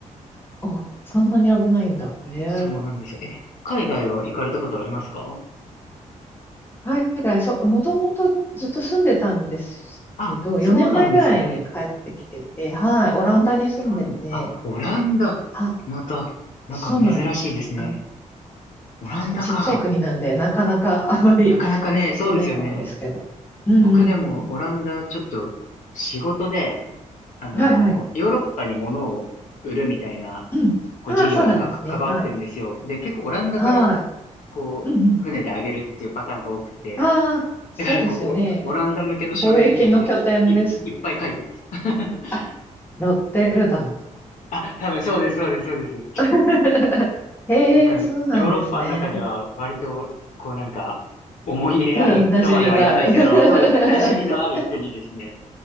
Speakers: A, on the left (about 15°); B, on the left (about 70°).
A: あ、そんなに危ないんだ。ええ。
B: そうなんですよ。え、海外は行かれたことありますか
A: 海外、そう、もともとずっと住んでたんですけど、
B: あ、そうなんですね。
A: 4年前ぐらいに帰ってきてて、はい、オランダに住んでて、
B: あ、そうなんだ。あ、オランダ。
A: あ、
B: また、なんか珍しいですね。
A: そうなんです。あ、
B: オランダか。
A: 確かにちっちゃい国なんで、なかなかあまり行く人いないかもですけど。
B: なかなかね、そうですよね。
A: うんうんうん。
B: 僕でもオランダちょっと仕事で、あのーヨーロッパに物を売るみたいな、
A: はいはい。うん。
B: こう事業にかか、
A: ああ、そうなんですね。
B: 関わってるんですよ。
A: はい。
B: で、結構オランダから、
A: は
B: こう、
A: い。うん
B: 船であげるっていうパターンが多くて、
A: うん。ああ、そうですよね。
B: だからこう、オオランダ向けの書類みたいな、
A: 貿易の拠点です。
B: い、い、いっぱい書いてます。<laughs>
A: あ、ロッテルダム。
B: あ、多分そうです、そうです、そうです。
A: <laughs> へえ、
B: だから、
A: そうなんですね。
B: ヨーロッパの中では割と、こうなんか、思い入れあるとまでは言わないけど、
A: うん、馴染みがある。<laughs>
B: そうですね、馴染みのある国ですね。